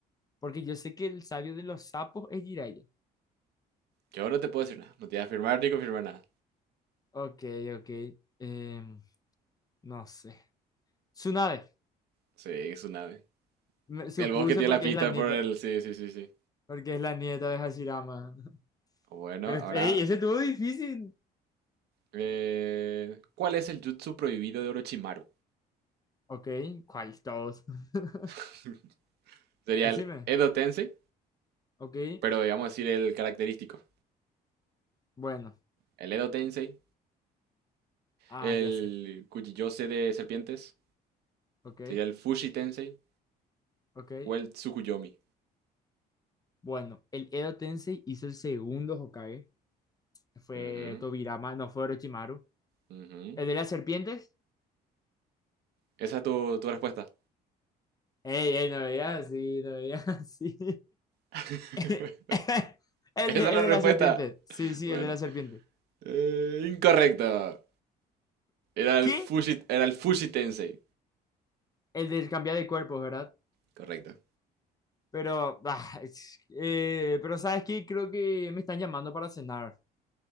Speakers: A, on the left; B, on the right.
A: Porque yo sé que el sabio de los sapos es Jiraiya.
B: yo no te puedo decir nada. No te voy a afirmar ni confirmar nada.
A: Ok, ok. em, no sé. Tsunade.
B: Sí, Tsunade.
A: Me supuse
B: El bosque tiene
A: porque
B: la pista
A: es la nieta.
B: por el. Sí, sí, sí, sí.
A: Porque es la nieta de Hashirama. <laughs>
B: Bueno,
A: Pero,
B: ahora,
A: ey, ese estuvo difícil.
B: eh, ¿cuál es el jutsu prohibido de Orochimaru?
A: Ok, ¿cuál? Todos. <laughs>
B: <laughs> Sería
A: Decime.
B: el Edo Tensei,
A: Ok.
B: pero digamos decir el característico.
A: Bueno,
B: El Edo Tensei,
A: ah,
B: el
A: ya sé.
B: Kuchiyose de serpientes,
A: Ok,
B: sería el Fushi Tensei
A: ok.
B: o el Tsukuyomi.
A: Bueno, el Edo Tensei hizo el segundo Hokage. Fue
B: Ujú,
A: Tobirama, no fue Orochimaru.
B: ujú.
A: ¿El de las serpientes?
B: Esa es tu, tu respuesta.
A: Ey, ey, no veía así, no veía así.
B: <laughs>
A: <laughs> El
B: Esa
A: de,
B: es
A: el
B: la
A: de
B: respuesta.
A: las serpientes. Sí, sí,
B: Bueno,
A: el de las serpientes.
B: eh, incorrecto. Era el
A: ¿Qué?
B: Fushi, era el Fushi Tensei.
A: El del cambiar de cuerpos, ¿verdad?
B: Correcto.
A: Pero, ah, es- eh, pero ¿sabes qué? Creo que me están llamando para cenar.